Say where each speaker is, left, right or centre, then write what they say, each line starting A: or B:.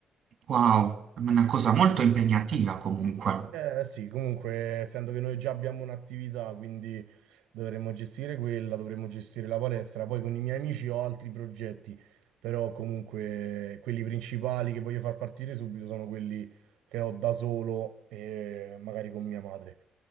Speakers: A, on the right; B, on the right.
A: Wow, è una
B: Sì,
A: cosa
B: quindi
A: molto impegnativa comunque.
B: eh sì, comunque, essendo che noi già abbiamo un'attività, quindi dovremmo gestire quella, dovremmo gestire la palestra. Poi con i miei amici ho altri progetti, però comunque quelli principali che voglio far partire subito sono quelli che ho da solo e magari con mia madre.